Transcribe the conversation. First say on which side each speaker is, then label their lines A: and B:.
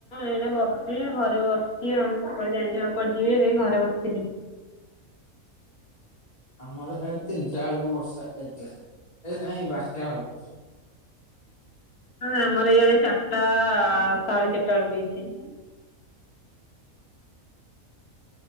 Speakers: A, on the left; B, on the left.
A: ଏଇ ବସି ଘରେ ବସି ଆଉ। ସେମିତି ଆଉ କୁଆଡେ ଯିବି ଏ ଘରେ ବସିଥିଲି।
B: ଆମର ଏଇଡ ତିନିଟାକୁ ବର୍ଷା ହେଥିଲା ଏଇ ନାଇଁ ବାରଟା ଆଳକୁ।
A: ଆମର ଏଇଆ ଚାରିଟା ସାଢେ ଚାରିଟା ବେଳକୁ ହେଇଛି।